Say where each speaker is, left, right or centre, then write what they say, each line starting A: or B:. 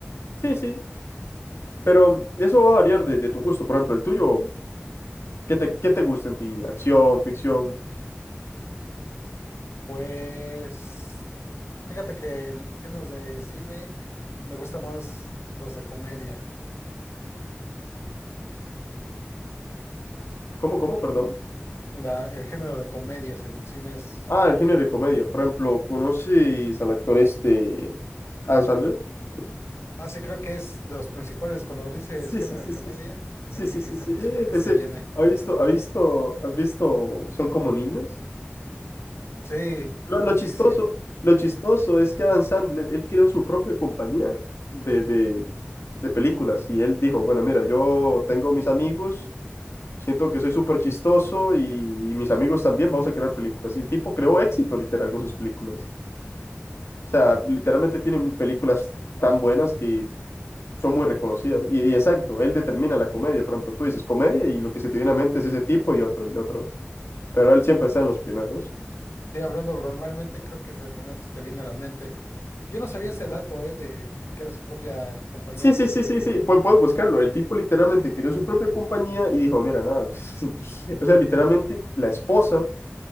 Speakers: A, on the left; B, on the left.
A: Sí, sí, pero eso va a variar de, de tu gusto. Por ejemplo, el tuyo, ¿qué te, qué te gusta en ti? ¿Acción, ficción?
B: Pues... Fíjate que en géneros de cine me gusta más los de comedia.
A: ¿Cómo, cómo, perdón?
B: La- el género de comedias en el cine es,
A: Ah, el género de comedia. Por ejemplo, ¿conoces al actor este, Adam Sandler? <laughs>
B: ah, sí, creo que es de los principales. Cuando dices
A: Sí,
B: género
A: sí, sí,
B: de comedia,
A: sí.
B: creo
A: Sí,
B: que
A: sí, sí,
B: es
A: sí.
B: el principal que
A: Ese,
B: se viene.
A: ¿ha visto, ha visto, has visto, son como niños?
B: Sí,
A: Lo,
B: oh,
A: lo chistoso,
B: sí, sí.
A: lo chistoso es que Adam Sandler, él creó su propia compañía de, de, de películas y él dijo, bueno, mira, yo tengo mis amigos, siento que soy súper chistoso y, y mis amigos también, vamos a crear películas. Y el tipo creó éxito literal con sus películas. O sea, literalmente tienen películas tan buenas que son muy reconocidas. Y, y exacto, él determina la comedia. Por ejemplo, tú dices comedia y lo que se te viene a mente es ese tipo y otro y otro. Pero él siempre está en los primeros.
B: Sí, hablando normalmente, creo que es el primero que te viene a la mente. Yo no sabía ese dato, eh, de que era su propia compañía
A: Sí,
B: de
A: sí,
B: cine.
A: sí, sí, sí. Pu- puedes buscarlo. El tipo literalmente creó su propia compañía y dijo, mira, nada. <laughs> O sea, literalmente la esposa